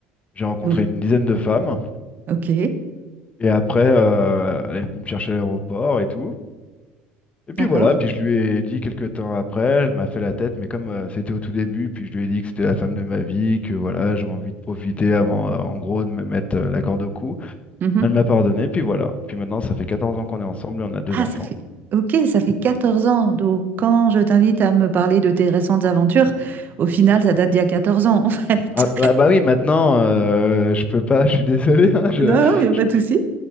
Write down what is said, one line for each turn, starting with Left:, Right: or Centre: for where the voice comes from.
Left: j'ai rencontré
Right: Ou-
Left: une dizaine de femmes,
Right: Ok,
Left: et après, euh, elle est venue me chercher à l'aéroport et tout. Et puis
Right: d'accord.
Left: voilà, puis je lui ai dit quelques temps après, elle m'a fait la tête, mais comme euh, c'était au tout début, puis je lui ai dit que c'était la femme de ma vie, que voilà, j'ai envie de profiter avant, euh, en gros, de me mettre euh, la corde au cou.
Right: Mhm.
Left: Elle m'a pardonné, puis voilà. Puis maintenant, ça fait 14 ans qu'on est ensemble et on a deux
Right: Ah,
Left: enfants.
Right: ça fait... Ok, ça fait 14 ans. Donc quand je t'invite à me parler de tes récentes aventures, au final, ça date d'il y a 14 ans, en fait.
Left: Ah
Right: <laughs>
Left: bah, bah oui, maintenant, euh, je peux pas, <laughs> je suis désolé. hein, je,
Right: Non, il n'y a pas
Left: je-
Right: de souci.